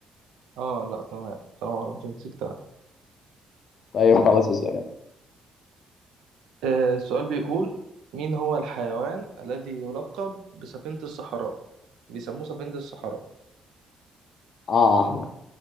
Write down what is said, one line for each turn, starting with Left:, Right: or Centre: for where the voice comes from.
Right: آه لا تمام تمام أهرامات المكسيك تمام
Left: طيب خلاص اسال انت
Right: آه، السؤال بيقول مين هو الحيوان الذي يلقب بسفينة الصحراء بيسموه سفينة الصحراء
Left: اه